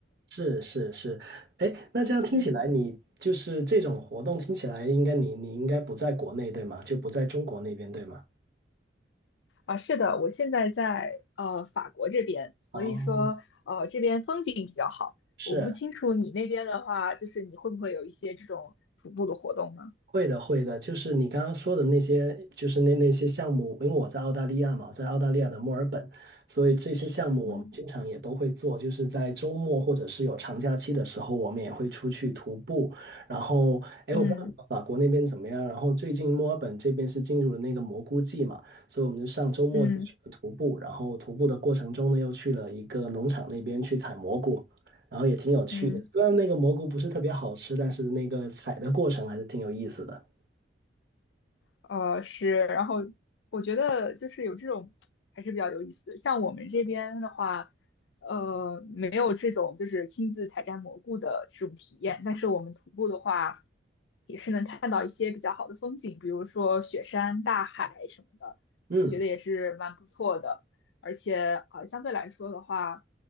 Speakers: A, on the right; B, on the left.
A: 是是是，哎，那这样听起来，
B: 嗯，
A: 你就是这种活动听起来，应该你你应该不在国内对吗？就不在中国那边对吗？
B: 啊，是的，我现在在呃法国这边，所以说呃这边风景比较好。
A: 哦，是。
B: 我不清楚你那边的话，就是你会不会有一些这种徒步的活动呢？
A: 会的，会的，就是你刚刚说的那些，就是那那些项目，因为我在澳大利亚嘛，我在澳大利亚的墨尔本，所以这些项目我们经常也都会做，
B: 嗯，
A: 就是在周末或者是有长假期的时候，我们也会出去徒步。然后，哎，
B: 嗯
A: 我不知道法国那边怎么样，然后最近墨尔本这边是进入了那个蘑菇季嘛，所以我们就上周末就去了徒步，
B: 嗯
A: 然后徒步的过程中呢，又去了一个农场那边去采蘑菇。然后也挺有趣的。
B: 嗯。
A: 虽然那个蘑菇不是特别好吃，但是那个采的过程还是挺有意思的。
B: 呃，是，然后我觉得就是有这种还是比较有意思的。像我们这边的话，呃，没有这种就是亲自采摘蘑菇的这种体验，但是我们徒步的话，也是能看到一些比较好的风景，比如说雪山、大海什么的，
A: 嗯，
B: 我觉得也是蛮不错的。而且呃，相对来说的话，